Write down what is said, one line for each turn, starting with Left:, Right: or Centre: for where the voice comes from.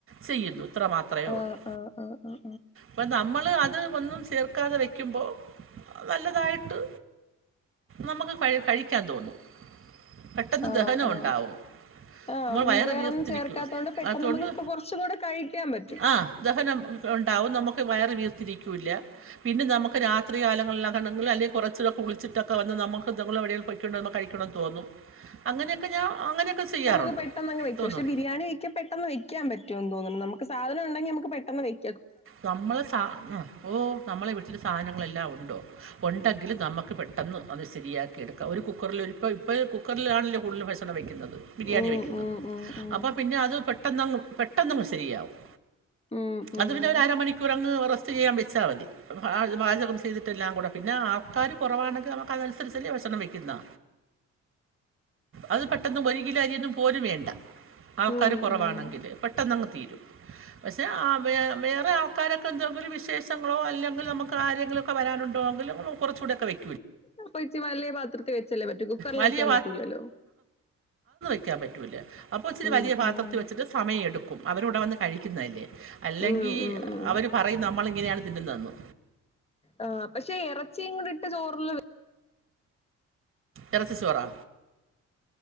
Right: ചെയ്യുന്നു ഇത്ര മാത്രമേ
Left: ആഹ്
Right: ഒള്ളൂ
Left: ആഹ് ആഹ് ആഹ്
Right: മ് നമ്മൾ അത് ഒന്നും സേർ വക്കാതെ വെക്കുമ്പോൾ നല്ലതായിട്ട് നമുക്ക് കഴി കഴിക്കാൻ തോന്നും പെട്ടെന്ന്
Left: ആ
Right: ദഹനം
Left: ആ
Right: ഉണ്ടാവും.
Left: ആഹ്
Right: നമ്മൾ വയറ്
Left: വേറെന്നും
Right: വീർത്തിരിക്കും.
Left: ചേർക്ക ക്കാത്ത കൊണ്ട് പെട്ടെന്ന്
Right: അതുകൊണ്ട്
Left: നമുക്ക് കുറച്ചും കൂടെ കഴിക്കാൻ പറ്റും
Right: ആ ദഹനം ഉണ്ടാവും. നമുക്ക് വയർ വീർത്തിരിക്കൂല പിന്നെ നമക്ക് രാത്രി കാലങ്ങളിലാണെങ്കിൽ അല്ലേ കുറെച്ച് കുളിച്ചിട്ടൊക്കെ വന്ന് നമ്മുക്ക് എവിടെയെങ്കിലും പൊയ്ക്കൊണ്ടിരിക്കുമ്പോൾ കഴിക്കണമെന്ന് തോന്നും അങ്ങനൊക്കെ ഞാൻ ചെയ്യാറുണ്ട്.
Left: അപ്പ നമുക്ക് പെട്ടെന്ന് അങ് വെക്ക
Right: തോന്നും.
Left: പക്ഷേ ബരിയാണി വെ പെട്ടെന്ന് വെക്കാ പറ്റുമോ തോന്നുന്നു നമുക്ക് സാധനം ഉണ്ടെങ്കിൽ നമക്ക് പെട്ടെന്ന് വെയ്
Right: നമ്മളെ സാ ഉം ഓ നമ്മളെ വീട്ടില് സാധനങ്ങെല്ലാം ഉണ്ട് ഉണ്ടെങ്കിൽ നമുക്ക് പെട്ടെന്ന് അത് ശരിയാക്കി എടുക്കാം ഒരു കുക്കറിൽ ഇപ്പൾ ഇപ്പൾ കുക്കറിലാണെങ്കിൽ കൂടുതൽും ഭക്ഷണം വെക്കും ബിരിയാണി
Left: ഉം
Right: വയ്ക്കുന്നത്
Left: ഉം ഉം ഉം
Right: അപ്പൊ പിന്നെ അത് പെട്ടെന്ന് പെട്ടെന്നങ്ങ് പെട്ടെന്ന് ശരിയാവും
Left: ഉം ഉം
Right: അത് പിന്നെ ഒരുരമണിക്കൂറങ്ങ് റസ് റ്റ് ചെയ്യാൻ വെച്ചാൽ മതി ആ പാചകം ചെയ്തിട്ടെല്ലാം കൂടെ പിന്നെ ആൾക്കാർ കുറവാണെ നമുക്ക് അതനുസരിച്ചല്ലേ ഭക്ഷണം വെക്കുന്നെ അത് പെട്ടന്നും ഒര്കിലോ അരിയൊന്നും പോലും വേണ്ട ആൾക്കാര്
Left: ഉം
Right: കുറവാണെങ്കില്
Left: ഉം
Right: പെട്ടെന്നങ്ങ് തീരും പക്ഷേ ആ വേ വേറെ ആൾക്കാരൊക്കെന്തെങ്കിലും വിശേഷങ്ങളോ അല്ലെങ്കിൽ നമുക്ക് ആരെങ്കിലൊക്കെ വരാനുണ്ടോെങ്കിലോ കുറച്ചുകൂടെക്കെവയ്
Left: അപ്പൊ ഇച്ചി വല്ല്യ പാത്രത്തിൽ വെച്ചല്ലേ പറ്റു കുക്കർല്
Right: വലിയ
Left: വയ്ക്കാൻ പറ്റൂലല്ലോ
Right: ക്കാൻ പറ്റൂല അപ്പൊ ഇച്ചിരി
Left: ഉം
Right: വലിയ പാത്രത്തിൽ
Left: ഉം
Right: വെച്ചിട്ട് സമയമെടുക്കും അവരൂടെ വന്ന് കഴിക്കുന്നതല്ലേ അല്ലെങ്കിൽ
Left: ഉം ഉം ഉം
Right: അവര് പറയുന്ന നമ്മള് ഇങ്ങനെയാണ് തിന്നുന്നത് എന്ന്
Left: ആ പക്ഷേ ഇറച്ചിയും കൂടി ഇട്ട് ചോറില്ല് വെ
Right: എറച്ചി ചോറാ